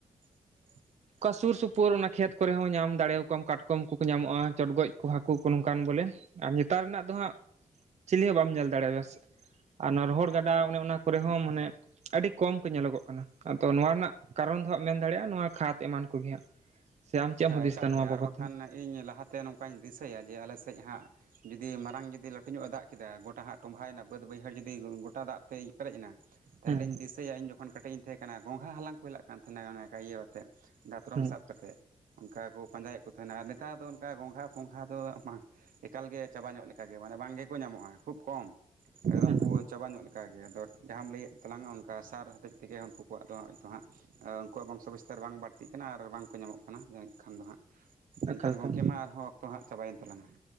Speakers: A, on the right (about 75°); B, on the right (about 55°).
A: <inaudible>
B: ᱚᱠᱟ ᱥᱩᱨ ᱥᱩᱯᱩᱨ ᱚᱱᱟ ᱠᱷᱮᱛ ᱠᱚᱨᱮ ᱦᱚᱸ ᱧᱟᱢ ᱫᱟᱲᱮᱭᱟᱠᱚᱣᱟᱢ ᱠᱟᱴᱠᱚᱢ ᱠᱚᱠᱚ ᱧᱟᱢᱚᱜᱼᱟ ᱪᱚᱲᱜᱚᱡ ᱠᱚ ᱦᱟᱹᱠᱩ ᱠᱚ ᱱᱚᱝᱠᱟᱱ ᱵᱚᱞᱮ ᱾ ᱟᱨ ᱧᱮᱛᱟᱨ ᱨᱮᱱᱟᱜ ᱫᱚ ᱦᱟᱸᱜ, ᱪᱤᱞᱤ ᱦᱚᱸ ᱵᱟᱢ ᱧᱮᱞ ᱫᱟᱲᱮᱭᱟᱜᱼᱟ ᱟᱨ ᱚᱱᱟ ᱨᱚᱦᱚᱲ ᱜᱟᱰᱟ ᱚᱱᱮ ᱚᱱᱟ ᱠᱚᱨᱮ ᱦᱚᱸ ᱢᱟᱱᱮ ᱟᱹᱰᱤ ᱠᱚᱢ ᱠᱚ ᱧᱮᱞᱚᱜᱚᱜ ᱠᱟᱱᱟ ᱟᱫᱚ ᱱᱚᱣᱟ ᱨᱮᱱᱟᱜ ᱠᱟᱨᱚᱱ ᱫᱚ ᱦᱟᱸᱜ ᱢᱮᱱ ᱫᱟᱲᱮᱭᱟᱜᱼᱟ ᱱᱚᱣᱟ ᱠᱷᱟᱛ ᱮᱢᱟᱱ ᱠᱚᱜᱮ ᱦᱟᱸᱜ ᱥᱮ ᱟᱢ ᱪᱮᱫ
A: ᱦᱮᱸ
B: ᱮᱢ ᱦᱩᱫᱤᱥ
A: ᱮᱠᱟᱞ
B: ᱮᱫᱟ ᱱᱚᱣᱟ
A: ᱜᱮ ᱟᱨ
B: ᱵᱟᱵᱚᱫᱽ
A: ᱵᱟᱠᱷᱟᱱ
B: ᱛᱮ ᱾
A: ᱤᱧ ᱞᱟᱦᱟᱛᱮ ᱱᱚᱝᱠᱟ ᱤᱧ ᱫᱤᱥᱟᱹᱭᱟ ᱡᱮ ᱟᱞᱮ ᱥᱮᱫ ᱦᱟᱸᱜ ᱡᱩᱫᱤ ᱢᱟᱨᱟᱝ ᱡᱩᱫᱤ ᱞᱟᱹᱴᱩ ᱧᱚᱜ ᱮ ᱫᱟᱜ ᱠᱮᱫᱟ ᱜᱚᱴᱟ ᱦᱟᱸᱜ ᱛᱚᱵᱷᱟᱭᱮᱱᱟ ᱵᱟᱹᱫᱽ ᱵᱟᱹᱭᱦᱟᱹᱲ ᱡᱩᱫᱤ ᱜᱚᱴᱟ ᱫᱟᱜ ᱛᱮᱭ ᱯᱮᱨᱮᱡ ᱮᱱᱟ ᱛᱟᱦᱚᱞᱮ
B: ᱦᱮᱸ
A: ᱤᱧ ᱫᱤᱥ ᱭᱟ ᱤᱧ ᱡᱚᱠᱷᱚᱱ ᱠᱟᱹᱴᱤᱡ ᱤᱧ ᱛᱟᱦᱮᱸ ᱠᱟᱱᱟ ᱜᱚᱝᱜᱷᱟ ᱦᱟᱞᱟᱝ ᱠᱚ ᱪᱟᱞᱟᱝ ᱠᱟᱱ ᱛᱟᱦᱮᱸᱱᱟ ᱤᱭᱟᱹ ᱟᱛᱮᱫ ᱫᱟᱛᱨᱚᱢ
B: ᱦᱮᱸ
A: ᱥᱟᱵ ᱠᱟᱛᱮᱫ ᱚᱱᱠᱟ ᱠᱚ ᱯᱟᱸᱡᱟᱭᱮᱫ ᱠᱚ ᱛᱟᱦᱮᱱᱟ ᱟᱨ ᱱᱮᱛᱟᱨ ᱫᱚ ᱚᱱᱠᱟ ᱜᱚᱝᱜᱷᱟ ᱯᱚᱸᱜᱷᱟ ᱫᱚ ᱵᱟᱝ ᱮᱠᱟᱞᱜᱮ ᱪᱟᱵᱟ ᱧᱚᱜ ᱞᱮᱠᱟᱜᱮ ᱢᱟᱱᱮ ᱵᱟᱝ ᱜᱮᱠᱚ ᱧᱟᱢᱚᱜᱼᱟ ᱾ ᱠᱷᱩᱵ ᱠᱚᱢ ᱮᱠᱫᱚᱢ
B: ᱦᱮᱸ
A: ᱠᱚ ᱪᱟᱵᱟ ᱧᱚᱜ ᱞᱮᱠᱟᱜᱮ ᱟᱫᱚ ᱡᱟᱦᱟᱸᱢ ᱞᱟᱹᱭᱮᱫ ᱛᱟᱞᱟᱝᱟ ᱚᱱᱠᱟ ᱥᱟᱨ ᱦᱚᱛᱮᱡ ᱛᱮᱜᱮ ᱩᱱᱠᱩ ᱠᱚᱣᱟᱜ ᱫᱚ ᱦᱚᱭᱛᱚ ᱦᱟᱸᱜ ᱩᱱᱠᱩᱣᱟᱜ ᱵᱚᱝᱥᱚ ᱵᱤᱥᱛᱟᱨ ᱵᱟᱝ ᱵᱟᱹᱲᱛᱤ ᱠᱟᱱᱟ ᱟᱨ ᱵᱟᱝᱠᱚ ᱧᱟᱢᱚᱜ ᱠᱟᱱᱟ ᱡᱟᱹᱱᱤᱡ ᱠᱷᱟᱱ ᱫᱚ ᱦᱟᱸᱜ ᱮᱱᱠᱷᱟᱱ
B: ᱮᱠᱟᱞ
A: ᱜᱚᱝᱠᱮ
B: ᱮᱠᱟᱞ
A: ᱢᱟ ᱟᱨᱦᱚᱸ ᱚᱠᱛᱚ ᱦᱟᱸᱜ ᱪᱟᱵᱟᱭᱮᱱ ᱛᱟᱞᱟᱝᱟ ᱾